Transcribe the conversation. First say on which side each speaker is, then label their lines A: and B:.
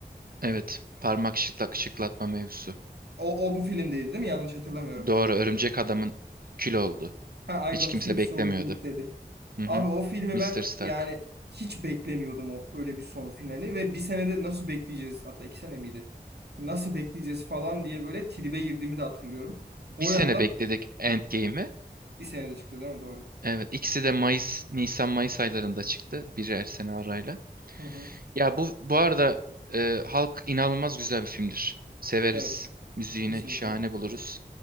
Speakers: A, on the right; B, on the right.
A: Evet. Parmak şıklak şıklatma mevzusu.
B: O, o bu filmdeydi değil mi? Yanlış hatırlamıyorum
A: Doğru.
B: ben.
A: Örümcek adamın kül oldu.
B: Ha
A: Hiç
B: I don't
A: kimse
B: feel
A: beklemiyordu.
B: so good dedi.
A: Hı
B: Abi
A: hı.
B: o filmi
A: Mr.
B: ben
A: Stark.
B: yani hiç beklemiyordum o öyle bir sonu finali ve bir senede nasıl bekleyeceğiz hatta iki sene miydi? Nasıl bekleyeceğiz falan diye böyle tribe girdiğimi de hatırlıyorum.
A: Bir
B: O
A: sene
B: yandan
A: bekledik Endgame'i.
B: bir senede çıktı değil mi? Doğru.
A: Evet, ikisi de Mayıs, Nisan Mayıs aylarında çıktı biri her sene arayla.
B: Hı hı.
A: Ya bu bu arada e, Hulk inanılmaz güzel bir filmdir. Severiz.
B: Evet
A: Müziğini
B: kesinlikle.
A: şahane buluruz.